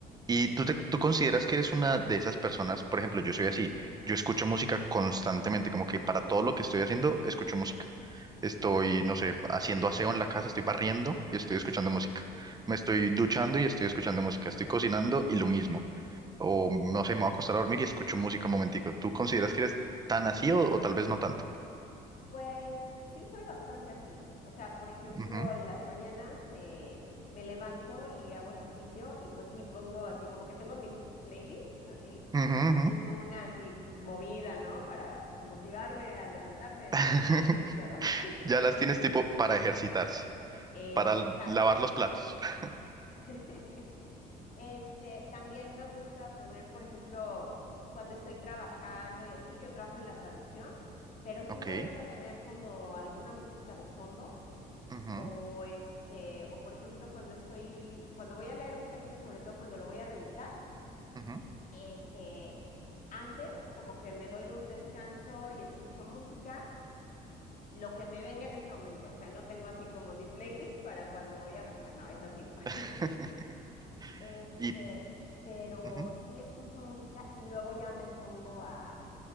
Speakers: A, on the left; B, on the right.
A: Ujú,
B: ¿Y tú, te- tú consideras que eres una de esas personas? Por ejemplo, yo soy así, yo escucho música
A: ujú,
B: constantemente, como que para todo lo que estoy haciendo, escucho música. Estoy, no sé, haciendo aseo en la casa, estoy barriendo y estoy escuchando
A: ujú.
B: música. Me estoy duchando y estoy escuchando música. Estoy cocinando y lo mismo. O no sé, me voy a acostar a dormir y escucho música un momentico. ¿Tú consideras que eres tan así o, o tal vez no tanto?
A: Pues sí, soy bastante así. O sea, por ejemplo,
B: Ujú,
A: en las mañanas me, me levanto y hago ejercicio y pues sí, pongo así como que tengo mis playlists así.
B: ujú, ujú.
A: Tengo una así pues movida, ¿no? Para pues, motivarme a levantarme,
B: <laughs>
A: a hacer ejercicio. <laughs>
B: Ya las tienes tipo para ejercitarse.
A: Exacto.
B: para l- lavar los platos. <laughs>
A: <laughs> Este, también me gusta poner, por ejemplo, cuando estoy trabajando y así, yo trabajo en la traducción, pero sí
B: Ok.
A: me gusta tener como alguna música de fondo
B: ujú,
A: O este, o por ejemplo, cuando estoy, cuando voy a leer un texto, sobre todo cuando lo voy a revisar,
B: ujú.
A: este, antes como que me doy un descanso y escucho música, lo que me venga en ese momento. O sea, no tengo así como mi playlist para cuando voy a revisar. No, es así no.
B: <laughs>
A: <laughs> Ahí sí no. Este,
B: Y
A: pero
B: ujú,
A: sí escucho música y luego ya me pongo a,